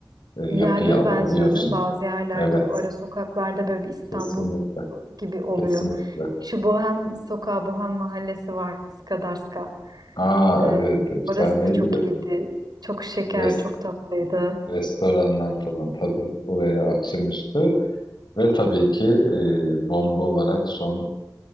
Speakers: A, on the left (about 80°); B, on the right (about 65°).
A: e, yapıyı
B: Yerleri
A: alabiliyorsun.
B: benziyor değil mi? Bazı yerlerde
A: Evet
B: ara sokaklarda böyle bir İstanbul
A: kesinlikle
B: gibi oluyor.
A: kesinlikle.
B: Şu Bohem sokağı, Bohem mahallesi var Skadarska.
A: Aa
B: E,
A: evet efsaneydi
B: orası da çok
A: re-
B: iyiydi. Çok şeker,
A: rest,
B: çok tatlıydı.
A: restoranlar falan tabii oraya akşamüstü ve tabii ki e, bomba olarak son